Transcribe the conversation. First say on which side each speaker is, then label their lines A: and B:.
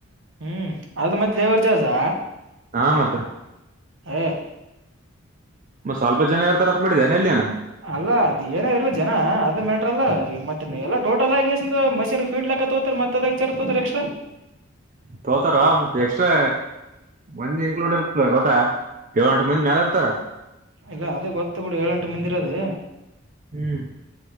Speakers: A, on the right (about 65°); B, on the right (about 40°).
A: ಹ್ಮ್ ಅದು ಮತ್ತ್ ಲೇಬರ್ ಚಾರ್ಜಾ
B: ಹಾ ಮತ್ತೆ
A: ಹಾಂ
B: ಮತ್ತತ್ ಸ್ವಲ್ಪ ಜನ ಯಾವತರತ್ ಮಾಡಿದ್ದಾನನೆ ಎಲ್ಲಿಯನನೆ
A: ಅಲ್ಲ ಅದ ಏನ ಇರ್ಲ ಜನ ಅದ ಮ್ಯಾಟ್ರಲ್ಲ ಮತ್ತೆ ಎಲ್ಲ ಟೋಟಲ್ ಆಗ ಮಷೀನ್ ಫೀಟ್ಲಾಕ ತ ಹೋತರಿ ಮತ್ತೆ ದ ಚರ್ ರ ಎಕ್ಸ್್ರಾ
B: ತೋತಾರ ಮತ್ತೆ ಎಕ್ಸ್ಟ್ರಾ ಮಂದಿ ಇನ್ಕ್ಲೂಡ್ ಇರ್ತದೆ ಗೊತ್ತಾ ಏಳ ಗಂಟು ಮಂದ್ ಮ್ಯಾಲ ಇರ್ತಾರ
A: ಇಲ್ಲ ಅದು ಗೊತ್ತ ಬಿಡು ಏಳ್ೆಂಟು ಮುಂದಿರದು
B: ಹ್ಮ್